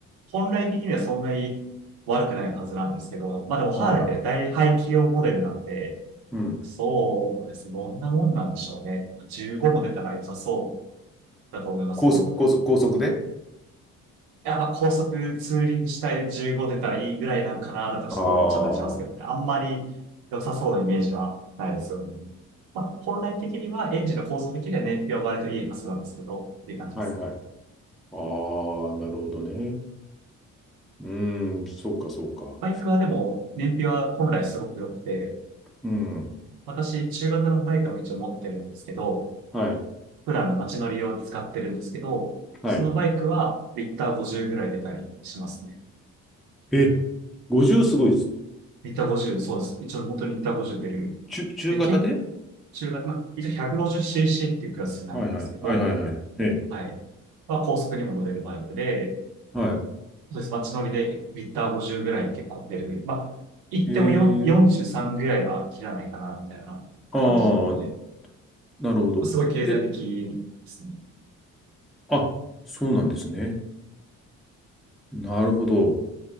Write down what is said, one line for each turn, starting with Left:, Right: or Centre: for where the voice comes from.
Right: 本来的にはそんなに悪くないはずなんですけど、まあでもハーレーって大排気量モデルなんで、
Centre: あ、はい。うん。
Right: そうですね、どんなもんなんでしょうね。15も出たら良さそうだと思いますけど、
Centre: 高速、高速、高速で
Right: いや、まあ高速ツーリング主体で15出たらいいぐらいなんかな、とかちょっと思っちゃったりしますけどね。
Centre: ああ、は
Right: あんまり良さそうなイメージはないですよね。まあ、本来的にはエンジンの構造的には燃費は割といいはずなんですけど、っていう感じですね。
Centre: いはい。ああ、なるほどね。うーん、そうか、そうか。
Right: バイクはでも、燃費は本来すごく良くて、
Centre: うん。
Right: 私、中型のバイクも一応持ってるんですけど、
Centre: はい。
Right: 普段の街乗り用で使ってるんですけど、
Centre: はい。
Right: そのバイクはリッター50ぐらい出たりしますね。
Centre: え、50すごいですね。
Right: リッター50、そうです。一応本当にリッター50出る。
Centre: 中、中型で
Right: で、結構中型、まあ、一応 150cc っていうクラスになるんですけど、
Centre: はいはい。はいはいはい。ええ。
Right: はい。まあ、高速にも乗れるバイクで、
Centre: はい。
Right: そうです。街乗りでリッター50ぐらい結構出る。まあ、行っても4
Centre: え
Right: 43ぐらいは切らないかな、
Centre: え。
Right: みたいな感じなので、
Centre: ああ、なるほど。
Right: すごい経済的ですね。
Centre: え、あ、そうなんですね。なるほど。